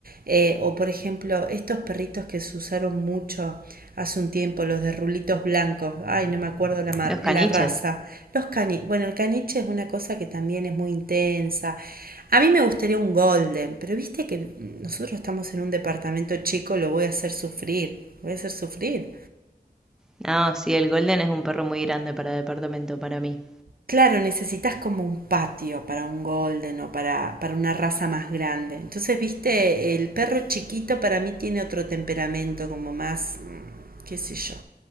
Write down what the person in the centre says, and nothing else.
Los caniches.
No, sí, el Golden es un perro muy grande para departamento, para mí.